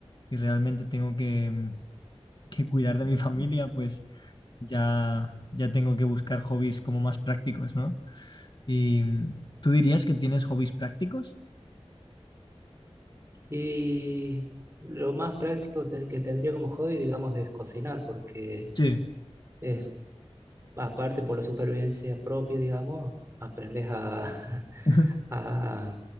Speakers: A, on the left; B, on the right.
A: y realmente tengo que, mm, que cuidar de mi familia, pues ya, ya tengo que buscar hobbies como más prácticos, ¿no? ¿Y mm, tú dirías que tienes hobbies prácticos?
B: Y lo más práctico te- que tendría como hobby, digamos, es cocinar, porque
A: Sí,
B: es, aparte por la supervivencia propia, digamos, aprendes a, <laughs>
A: <laughs>
B: a-